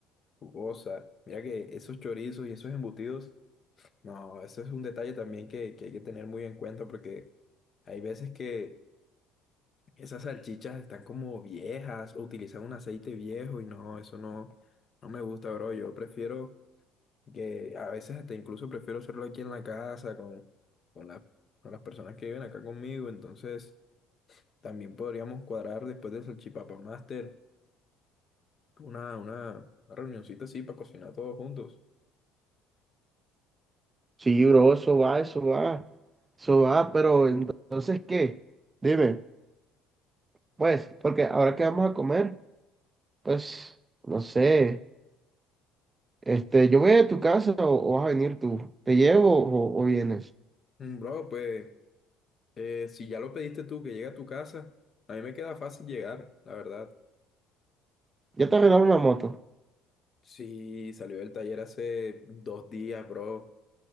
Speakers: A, on the left (about 40°); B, on the right (about 25°).
A: jugosa. Mira que esos chorizos y esos embutidos, no, eso es un detalle también que, que hay que tener muy en cuenta porque hay veces que esas salchichas están como viejas o utilizan un aceite viejo y no, eso no, no me gusta, bro. Yo prefiero que a veces hasta incluso prefiero hacerlo aquí en la casa con, con la- con las personas que viven acá conmigo, entonces. También podríamos cuadrar después del Salchipapa Master una, una, una reunioncita así para cocinar todos juntos.
B: sí, bro, eso va, eso va, eso va, pero entonces, ¿qué? Dime, pues, porque ahora que vamos a comer, pues, no sé, este, yo voy a tu casa o, o vas a venir tú. ¿Te llevo o, o vienes?
A: Mm, Bro, pues eh, si ya lo pediste tú que llegue a tu casa, a mí me queda fácil llegar, la verdad.
B: Ya te arreglaron la moto.
A: Sí, salió del taller hace dos días, bro.